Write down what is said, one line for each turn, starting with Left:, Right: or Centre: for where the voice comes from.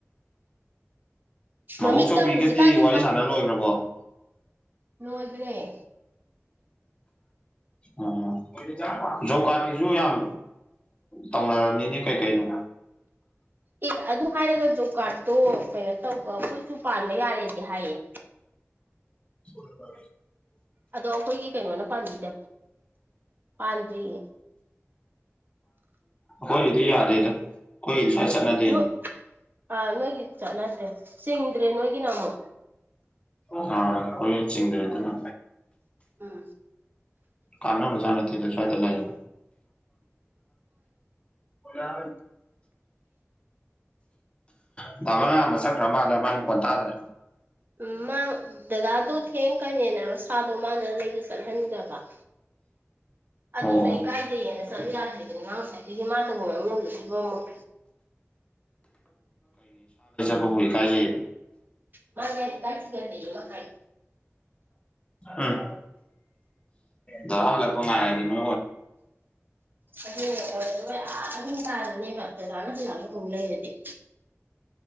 Left: ꯃꯕꯨꯛ
Right: ꯃꯃꯤꯠꯇ
Left: ꯆꯧꯕꯤꯒꯗꯤ
Right: ꯍꯧꯖꯤꯛꯀꯥꯟꯗꯤ
Left: ꯋꯥꯔꯤ ꯁꯥꯟꯅ ꯂꯣꯏꯈ꯭ꯔꯕꯣ ꯑ
Right: ꯅꯣꯟꯗꯅꯦ
Left: ꯑ ꯆꯖꯧꯀꯥꯀꯤꯤꯁꯨ ꯌꯥꯝ ꯇꯅ ꯔꯅꯤꯅꯦ ꯀꯩ ꯀꯥꯏ ꯅ
Right: ꯑꯦ ꯑꯗꯨ ꯍꯥꯏꯔꯒ ꯖꯣꯕ ꯀꯥꯔꯠꯇꯣ ꯀꯩꯅꯣ ꯇꯧꯕ ꯃꯈꯣꯏꯁꯨ ꯄꯥꯟꯗ ꯌꯥꯔꯦꯗꯤ ꯍꯥꯏꯌꯦ
Left: ꯁꯂꯔꯦ
Right: ꯑꯗꯣ ꯑꯩꯈꯣꯏꯒꯤ ꯀꯩꯅꯣꯅ ꯄꯥꯝꯕꯤꯗꯕ ꯄꯥꯟꯗ꯭ꯔꯤꯌꯦ
Left: ꯍꯣꯏꯗꯤ ꯌꯥꯗꯦꯗ ꯀꯣꯏꯗꯤ ꯑ ꯆꯠꯅꯗꯅꯦ
Right: ꯅꯣꯏ ꯑꯥ ꯅꯣꯏꯒꯤ ꯆꯠꯅꯗ꯭ꯔꯦ ꯆꯤꯡ ꯭ꯔꯦ ꯅꯣꯒꯤ ꯅꯃ
Left: ꯑꯥ ꯀꯣꯏꯅ ꯆꯤꯡꯗ꯭ꯔꯦ ꯑꯗꯨꯅ
Right: ꯎꯝ
Left: ꯀꯥꯟꯅꯕꯅꯕꯖꯥꯠ ꯅꯠꯇꯦꯗ ꯁ꯭ꯋꯥꯏꯗ ꯂꯩꯥꯛ ꯑꯣ ꯎꯝ ꯇꯥꯕꯅ ꯑꯃ ꯆꯠꯈ꯭ꯔ ꯃꯥꯜꯂ ꯃꯥ ꯃꯗꯗ꯭ꯔꯦ
Right: ꯎ ꯃꯥ ꯗꯗꯥꯗꯨꯣ ꯊꯦꯡꯀꯅꯦꯅꯦ ꯁꯥꯗ ꯗ ꯂꯩꯕ ꯆꯠꯍꯟꯗꯕ ꯑꯗꯨꯁꯨ
Left: ꯑꯣ
Right: ꯏꯀꯥꯏꯗꯩꯌꯦꯅ
Left: ꯑꯣ
Right: ꯁ ꯌꯥꯦ ꯃ ꯉꯅꯁꯤꯄꯃ
Left: ꯍꯒꯣꯏ ꯀꯖꯦ
Right: ꯃꯥ ꯌꯥꯅꯦ ꯀꯥꯏ ꯊ ꯌꯥꯔꯅ ꯀꯥꯏ
Left: ꯎꯝ ꯗꯂꯄ ꯉꯔꯅ
Right: ꯑꯗꯨ ꯑꯗꯨ ꯀꯥꯗ ꯃꯔꯠꯇꯗꯅ ꯑꯗꯨ ꯅꯂ ꯎ ꯂꯩꯩꯗꯤꯦ